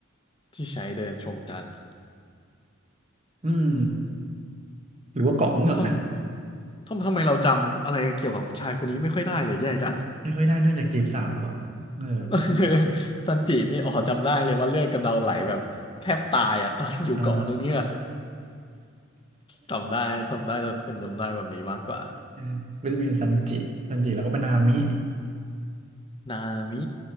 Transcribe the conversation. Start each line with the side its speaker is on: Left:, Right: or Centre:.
Left: ที่ใช้เดินชมจันทร์
Right: อืมหรือว่าเกาะเงือกนะ
Left: ทำทำทำไมเราจำอะไรเกี่ยวกับชายคนนี้ไม่ค่อยได้เลยแย่จัง
Right: ไม่ค่อยได้นอกจากจีบสาวเออ
Left: <laughs> ซันจินี่อ๋อจำได้เลยว่าเลือดกำเดาไหลแบบแทบตายอ่ะตอนอยู่เกาะนู้นเนี่ย
Right: อ่า
Left: จำได้จำได้จะเป็นจำได้แบบนี้มากกว่า
Right: <laughs> ก็จะมีซันจิซันจิแล้วก็เป็นนามิ
Left: นามิ